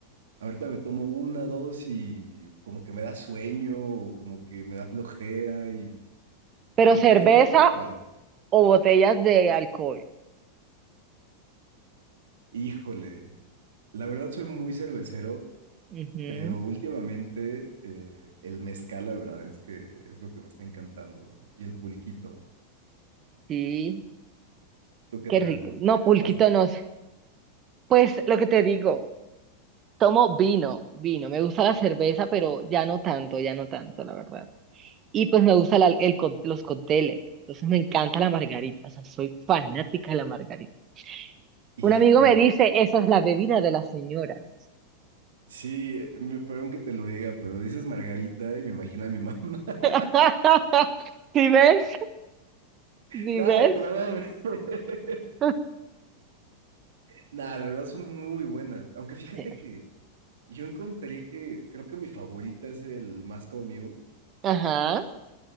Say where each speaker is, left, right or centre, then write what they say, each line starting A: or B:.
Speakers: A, on the right; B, on the right.
A: Ahorita me tomo una, dos y como que me da sueño, o como que me da flojera y
B: pero
A: como que
B: cerveza
A: ya no pega igual.
B: o botellas de alcohol.
A: Híjole. La verdad soy muy cervecero.
B: Ujú,
A: Pero últimamente eh, el mezcal, la verdad es que es lo que me está encantando. Y el pulquito.
B: Sí,
A: ¿Tú qué
B: qué
A: tal?
B: rico. No,
A: ¿Eres
B: pulquito
A: más de cerveza?
B: no sé. Pues lo que te digo, tomo vino, vino. Me gusta la cerveza, pero ya no tanto, ya no tanto, la verdad. Y pues me gusta la- el co- los cócteles. Entonces me encanta la margarita, o sea, soy fanática de la margarita.
A: Híjole.
B: Un amigo me dice, esa es la bebida de las señoras.
A: Sí, eh, me perdón que te lo diga, pero dices Margarita y me imagino a mi mamá. <laughs>
B: <laughs> ¿Sí ves? ¿Sí
A: Nada,
B: ves?
A: pero no, hombre. <laughs>
B: <laughs>
A: nada, la verdad son muy buenas. Aunque fíjate
B: Sí.
A: que yo encontré que creo que mi favorita es el Moscow Mule.
B: Ajá,